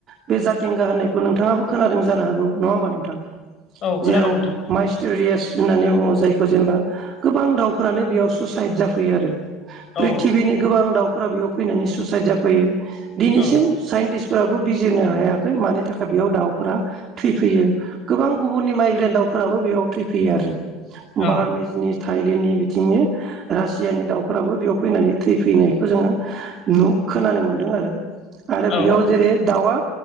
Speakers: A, on the right; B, on the left.
A: बे जाथिंगा होननाय खौ नोंथाङाबो खोनादों जानो हागौ नङा होमबा नोंथां?
B: औ खोनादों
A: जेराव
B: नोंथां खोनादों
A: माइस्टेरियास होननानै बुङो जायखौ जेनेबा गोबां दाउफोरानो बेयाव सुइसाइद जाफैयो आरो
B: औ
A: प्रिथि्बिनि गोबां दाउफोरा बेयाव फैनानै सुइसाइद जाफैयो दिनैसिम
B: औ
A: साइन्टिस्ट फोराबो बिजिरनो हायाखै मानि थाखाय। बेयाव दाउफोरा थैफैयो गोबां गुबुननि माइग्रेन दाउफोराबो बेयाव थैफैयो आरो।
B: औ
A: बार मिजनि था नि बिथिंनि रासियानि दाउफोराबो बेयाव फैनानै थै फैनायखौ जोङो नु खोना खोनानो मोनदों आरो
B: औ
A: बेयाव जेरै दाउआ